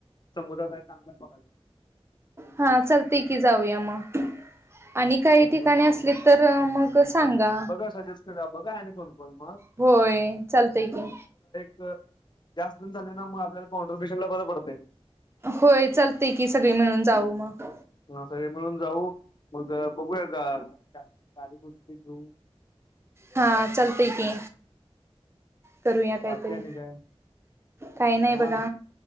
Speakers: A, on the left; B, on the right.
A: समुद्रात सांगघ.
B: हा चालते य की जाऊया मग आणि काही
A: केरळमध्ये
B: ठिकाणी
A: जाऊन
B: असली तर मग सांगा.
A: बघा सजेस्ट करा बघा आणि कोण कोण मग
B: होय चालतय की
A: तर जास् पण झाले ना मग आपल्याला कॉन्ट्रीब्युशन ला बरं पडते.
B: होय चालतंय की सगळी मिळून जाऊ मग
A: ह सगळे मिळून जाऊ मग बघूया का कार्यकुस्ती घेऊ.
B: हां चालतंय की करूया काहीतरी
A: बाकी आणि काय
B: काही
A: निवांत
B: नाही बघा.